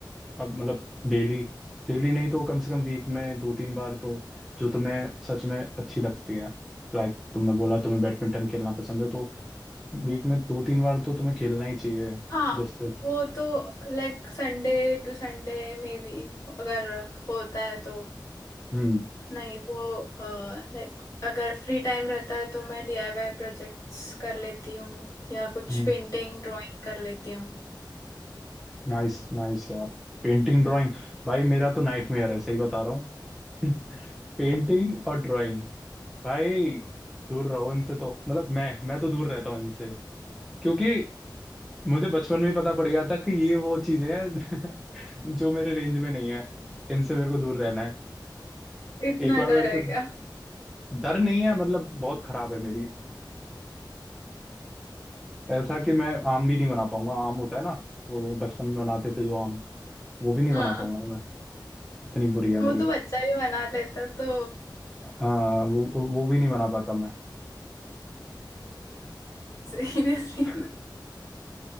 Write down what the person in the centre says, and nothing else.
अब मतलब डेली डेली नहीं तो कम से कम वीक में दो तीन बार तो जो तुम्हें सच में अच्छी लगती है लाइक तुमने बोला तुम्हें बैडमिंटन खेलना पसंद है तो वीक में दो तीन बार तो तुम्हें खेलना ही चाहिए
जैसे
हम्म
हम्म
नाइस नाइस यार पेंटिंग ड्राइंग भाई मेरा तो नाइटमेयर है सही बता रहा हूँ <laughs> पेंटिंग और ड्राइंग भाई दूर रहो इनसे तो मतलब मैं मैं तो दूर रहता हूँ इनसे क्योंकि मुझे बचपन में ही पता पड़ गया था कि ये वो चीजें हैं <laughs> जो मेरे रेंज में नहीं है इनसे मेरे को दूर रहना है
एक बार
मेरे कुछ
डर नहीं है मतलब बहुत खराब है मेरी ऐसा कि मैं आम भी नहीं बना पाऊंगा आम होता है ना वो बचपन में बनाते थे जो आम वो भी नहीं
बना पाऊंगा मैं इतनी बुरी है
मेरी
हाँ वो वो भी नहीं बना पाता मैं
<laughs>